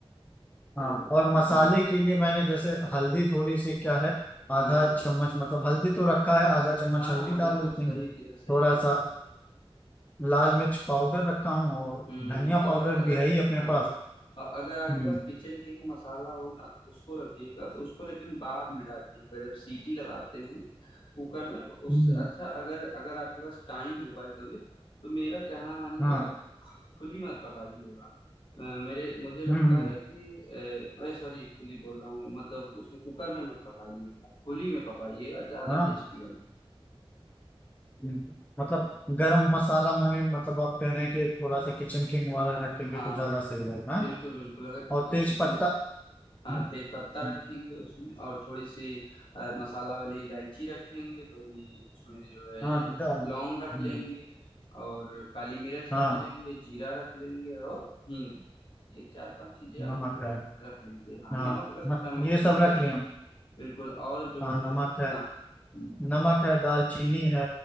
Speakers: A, on the left; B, on the left.
A: हाँ
B: तो
A: और मसाले
B: हम्म
A: के लिए मैंने जैसे हल्दी थोड़ी सी क्या है आधा
B: हाँ हाँ
A: चम्मच मतलब हल्दी तो रखा है आधा चम्मच
B: हाँ
A: हल्दी
B: हाँ
A: डाल
B: बिल्कुल
A: लेते
B: सही
A: हैं
B: किया सही
A: थोड़ा
B: किया
A: सा लाल मिर्च पाउडर रखा हूँ और
B: हम्म
A: धनिया
B: और
A: पाउडर
B: अगर
A: भी है ही अपने
B: हाँ
A: पास
B: और अगर आपके
A: हम्म
B: पास किचन किंग मसाला हो ना तो उसको रखिएगा तो उसको लेकिन बाद में डालिएगा जब सीटी लगाते हैं कुकर में तो उससे
A: हम्म
B: अच्छा अगर अगर आपके पास टाइम हो भाई कभी तो मेरा कहना मानिएगा
A: हाँ
B: आप खुली मत पकाइएगा अ, मेरे मुझे लगता
A: हम्म हम्म,
B: है कि अ, मैं सॉरी खुली बोल रहा हूँ मतलब उसमें कुकर में मत पकाइएगा खुली में पकाइएगा ज्यादा
A: हाँ
B: टेस्टी बनता
A: हम्म। मतलब
B: है
A: गरम मसाला में मतलब आप कह रहे हैं कि थोड़ा सा किचन किंग वाला रखेंगे
B: हाँ
A: तो ज्यादा सही रहेगा हाँ?
B: बिल्कुल बिल्कुल अगर
A: और तेज
B: किचन
A: पत्ता हम्म,
B: हाँ तेज पत्ता
A: हम्म,
B: रखेंगे उसमें और थोड़ी सी अ, मसाला वाली इलायची रखेंगे थोड़ी उसमें जो है
A: हाँ
B: ये
A: डाल-
B: लौंग रख
A: हम्म,
B: लेंगे और काली मिर्च
A: हाँ
B: रख लेंगे जीरा रख लेंगे और हींग रख लेंगे। ये चार पांच चीजें आप
A: नमक
B: जो है
A: है
B: रख लीजिए हाँ
A: हाँ
B: नमक रख
A: मत-
B: नमक
A: ये सब
B: तो डालेंगे
A: रख लिया
B: ही। बिल्कुल और जो
A: हाँ नमक
B: है
A: है
B: हाँ हम्म,
A: नमक है दालचीनी है